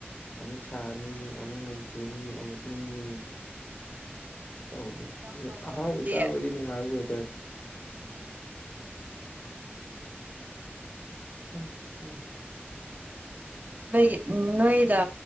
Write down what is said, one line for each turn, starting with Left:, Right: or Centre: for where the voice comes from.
Left: ꯑꯃꯨꯛ ꯁꯥꯅꯤ ꯑꯃꯨꯛ ꯅꯣꯡꯆꯨꯅꯤ ꯑꯃꯨꯛ ꯏꯪꯅꯤ ꯇꯧꯕꯁꯦ
Right: ꯍꯤꯗꯥꯛ ꯆꯥꯋꯣ
Left: ꯑꯍꯥꯎꯕ
Right: ꯑꯗꯨꯗꯤ
Left: ꯆꯥꯕꯩꯗꯤ ꯅꯨꯡꯉꯥꯏꯕ ꯋꯦꯗꯔꯅꯤ ꯑ ꯑ
Right: ꯅꯣꯏꯒꯤ ꯎ ꯅꯣꯏꯗ